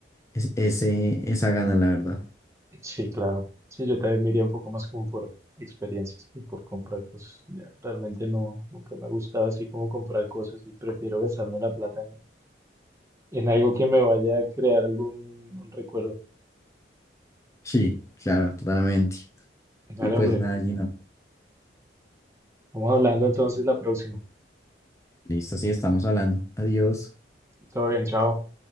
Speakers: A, on the left (about 15°); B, on the right (about 15°).
A: es- ese, esa gana, la verdad.
B: Sí, claro. Sí, yo también me iría un poco más como por experiencias que por comprar cosas. Ya, realmente no, nunca me ha gustado así como comprar cosas y prefiero gastarme la plata en, en algo que me vaya a crear algún un recuerdo.
A: Sí, claro, totalmente.
B: Dale,
A: Y pues
B: hombre.
A: nada, Gina,
B: Vamos hablando entonces la próxima.
A: listo, sí, estamos hablando. Adiós.
B: Todo bien, chao.